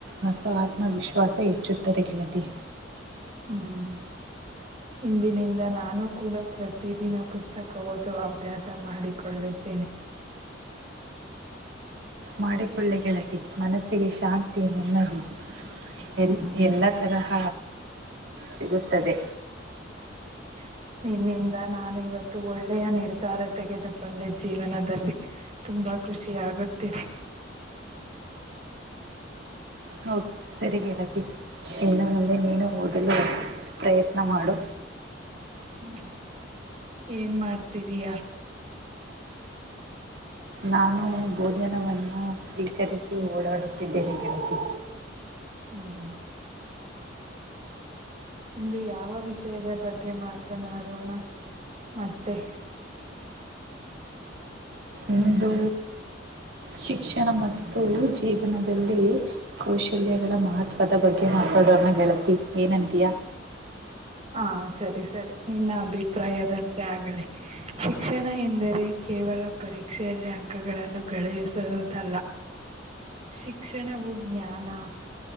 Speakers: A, on the right; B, on the right.
A: ಮತ್ತು ಆತ್ಮವಿಶ್ವಾಸ ಹೆಚ್ಚುತ್ತದೆ ಗೆಳತಿ
B: ಹ್ಮ್ ಇಂದಿನಿಂದ ನಾನು ಕೂಡ ಪ್ರತಿದಿನ ಪುಸ್ತಕ ಓದುವ ಅಭ್ಯಾಸ ಮಾಡಿಕೊಳ್ಳಿದ್ದೇನೆ <unintelligible>
A: ಮಾಡಿಕೊಳ್ಳೆ ಗೆಳತಿ ಮನಸ್ಸಿಗೆ ಶಾಂತಿ ನೆಮ್ಮದಿ ಎ
B: ಹ್ಮ್
A: ಎಲ್ಲ ತರಹ ಸಿಗುತ್ತದೆ
B: <unintelligible> ನಿನ್ನಿಂದ ನಾನು ಇವತ್ತು ಒಳ್ಳೆಯ ನಿರ್ಧಾರ ತೆಗೆದುಕೊಂಡೆ ಜೀವನದಲ್ಲಿ ತುಂಬಾ ಖುಷಿ ಆಗುತ್ತಿದೆ
A: ಹ ಸರಿ ಲಾತಿ ಇನ್ನ ಮುಂದ ನೀನು ಓದಲ್ಲ ಪ್ರಯತ್ನ ಮಾಡು
B: ಹ್ಮ ಏನ್ ಮಾಡ್ತಿದಯಾ
A: ನಾನು ಭೋಜನವನ್ನು ಸ್ವೀಕರಿಸಿ ಓಡಾಡುತ್ತಿದ್ದೇನೆ ಗೆಳತಿ
B: ಹ್ಮ ಇಂದು ಯಾವ ವಿಷಯದ ಬಗ್ಗೆ ಮಾತನಾಡೋಣ ಮತ್ತೆ
A: ಇಂದು ಶಿಕ್ಷಣ ಮತ್ತು ಜೀವನದಲ್ಲಿ ಕೌಶಲ್ಯಗಳ ಮಹತ್ವದ ಬಗ್ಗೆ ಮಾತಾಡೋರನ್ನ ಗೆಳತಿ ಏನಂತಯಾ
B: ಹಾ ಸರಿ ಸರಿ ನಿನ್ನ ಅಭಿಪ್ರಾಯದಂತೆ ಆಗಲಿ ಶಿಕ್ಷಣ ಎಂದರೆ ಕ ಕೇವಲ ಪರೀಕ್ಷೆಯಲ್ಲಿ ಅಂಕಗಳನ್ನು ಗಳಿಸುವುದಲ್ಲ ಶಿಕ್ಷಣವು ಜ್ಞಾನ